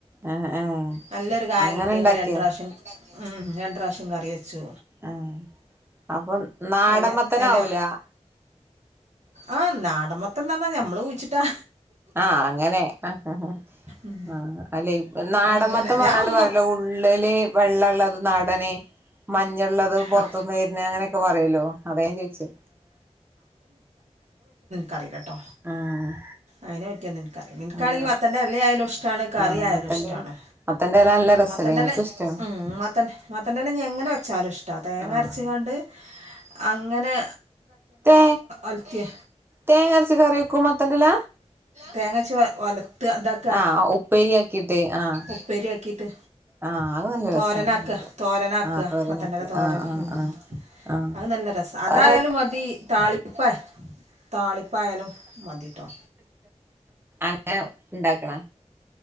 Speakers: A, on the right; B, on the right.
A: ഏഹ് ഏഹ്
B: നല്ലൊരു കായകിട്ടി
A: അങ്ങനെ ഉണ്ടാക്കിയ
B: ഞങ്ങൾ രണ്ട് പ്രാവശ്യം മ് ര പ്രാവശ്യം കറിവെച്ചു
A: ആഹ് അപ്പം നാടൻ
B: എല
A: മത്തനാവൂല
B: എല ആഹ് നാടൻ മത്തൻ എന്ന് പറഞ്ഞതി ഞമ്മള് കുഴിച്ചിട്ടതാ
A: ആഹ് അങ്ങനെ ആഹ്
B: ഉം
A: ആഹ് അല്ലെ നാടമത്തൻ
B: അങ്ങനെ ഞാൻ
A: പറയാണ്ട്
B: ഒന്നും
A: പറലോ ഉള്ളില് വെള്ളള്ളത് നടനെ മഞ്ഞുള്ളത് പുറത്തുന്ന്
B: ആഹ്
A: വരണ അങ്ങനെയൊക്കെ പറയല്ലോ അത ഞാൻ ചോദിച്ചേ
B: കറി കേട്ടോ
A: ആഹ്
B: അതിനെ പറ്റിയൊന്നുംനിൻക്കറിയൂല നിക്കാണെങ്കി
A: ആഹ്
B: മത്തൻന്റെ ഇല ആയാലും ഇഷ്ടമാണ് കറി
A: ആഹ്
B: ആയാലും
A: മത്തന്റെല
B: ഇഷ്ടമാണ്
A: മത്തന്റെല നല്ല രസല്ലേ
B: മത്തൻന്റെല്ല
A: എനിക്കും ഇഷ്ടാണ്
B: ഉ മത്തൻ മത്തൻന്റെല്ല എങ്ങനെ വെച്ചാലും ഇഷ്ട തേങ്ങ
A: ആഹ്
B: അരച്ചുകണ്ട് അങ്ങനെ
A: തേ
B: ഒലത്തിയ
A: തേങ്ങ അരച്ച് കറി വക്കും മത്തൻറ്റില
B: തേങ്ങഅരച്ച് ഒലത്ത് അതാക്കാ
A: ആഹ് ഉപ്പേരിയാക്കിട്ട് ആഹ്
B: ഉപ്പേരിയാക്കിട്ട്
A: ആഹ് അത് നല്ല
B: തോരനാക്ക
A: രസാണ്
B: തോരനാക്കുക
A: ആഹ് തോരനാക്കി
B: മത്തന്റില തോരൻ
A: ആഹ് ആഹ്
B: ഉം
A: ആഹ് ആഹ്
B: അത് നല്ല രസം അതായാലും
A: അത്
B: മതി താളിപ്പ താളിപ്പ ഇപ്പായാലും മതിട്ടോ
A: <unintelligible> ഉണ്ടാക്കണ